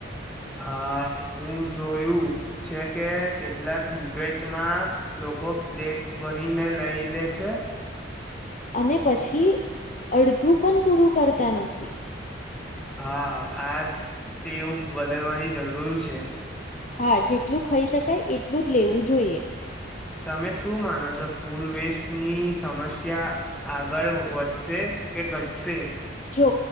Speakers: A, in the centre; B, on the left.
A: હા હું જોયું છે કે કેટલાક મુફેટમાં લોકો પ્લેટ ભરીને લઈ લે છે
B: અને પછી અડધું પણ પૂરું કરતા નથી
A: હા આ તેવું બદલવાની જરૂર છે
B: હા જેટલું ખાઈ શકાય એટલું જ લેવું જોઈએ
A: તમે શું માનો છો ફૂડ વેસ્ટની સમસ્યા આગળ વધશે કે ઘટશે
B: જો